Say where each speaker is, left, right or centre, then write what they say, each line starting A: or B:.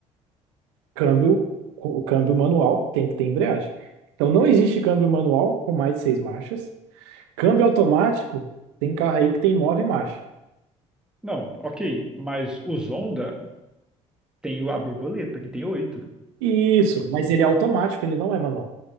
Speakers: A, on the right (about 85°); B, in the centre.
A: Câmbio, o câmbio manual tem que ter embreagem. Então não existe câmbio manual com mais de seis marchas. Câmbio automático tem carro aí que tem nove marchas.
B: Não, ok. Mas os Honda tem o- a borboleta, que tem oito.
A: Isso, mas ele é automático, ele não é manual.